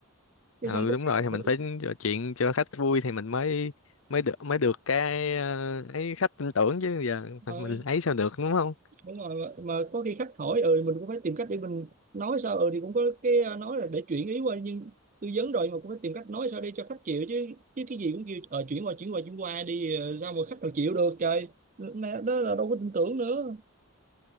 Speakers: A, on the right; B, on the left.
A: cái
B: ừ
A: xong có-
B: đúng rồi thì
A: ừ,
B: mình phải trò chuyện cho khách vui thì mình mới mới được mới được cái ờ, ấy khách tin tưởng chứ giờ
A: rồi.
B: mình ấy sao được đúng không?
A: đúng rồi mà mà có khi khách hỏi ừ mình cũng phải tìm cách để mình nói sao ừ thì cũng có cái à, nói là để chuyển ý qua nhưng tư vấn rồi mà cũng phải tìm cách nói sao để cho khách chịu chứ chứ cái gì cũng kêu ờ chuyển qua chuyển qua chuyển qua đi ờ, sao mà khách nào chịu được trời đó là đâu có tin tưởng nữa